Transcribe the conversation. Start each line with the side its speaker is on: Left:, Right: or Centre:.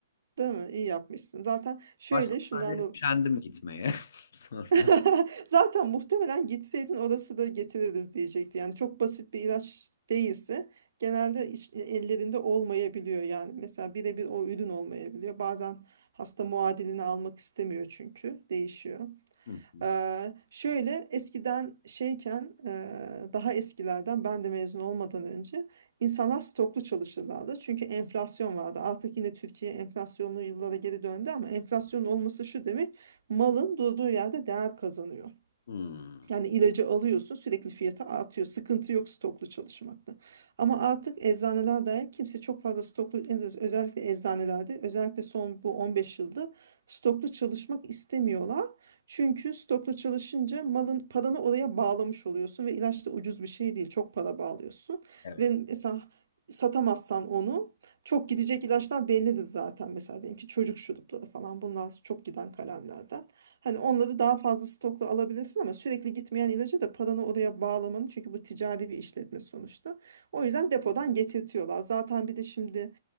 Right: Değil mi? İyi yapmışsın. Zaten şöyle
Left: Başka sahneye
Right: şundan da
Left: kendim gitmeye <laughs> sonra.
Right: <laughs> Zaten muhtemelen gitseydin orası da getiririz diyecekti. Yani çok basit bir ilaç değilse genelde iş- e, ellerinde olmayabiliyor yani. Mesela birebir o ürün olmayabiliyor. Bazen hasta muadilini almak istemiyor çünkü değişiyor.
Left: Hı hı.
Right: Eee, şöyle eskiden şeyken eee, daha eskilerden ben de mezun olmadan önce insanlar stoklu çalışırlardı. Çünkü enflasyon vardı. Artık yine Türkiye enflasyonlu yıllara geri döndü ama enflasyonun olması şu demek malın durduğu yerde değer kazanıyor.
Left: Hmm.
Right: Yani ilacı alıyorsun sürekli fiyatı artıyor. Sıkıntı yok stoklu çalışmakta. Ama artık eczaneler dair kimse çok fazla stoklu en az- özellikle eczanelerde özellikle son bu 15 yılda stoklu çalışmak istemiyorlar. Çünkü stoklu çalışınca malın paranı oraya bağlamış oluyorsun ve ilaç da ucuz bir şey değil. Çok para bağlıyorsun
Left: Evet.
Right: ve mesela satamazsan onu çok gidecek ilaçlar bellidir zaten. Mesela diyelim ki çocuk şurupları falan bunlar çok giden kalemlerden. Hani onları daha fazla stokla alabilirsin ama sürekli gitmeyen ilacı da paranı oraya bağlamanın çünkü bu ticari bir işletme sonuçta. O yüzden depodan getirtiyorlar. Zaten bir de şimdi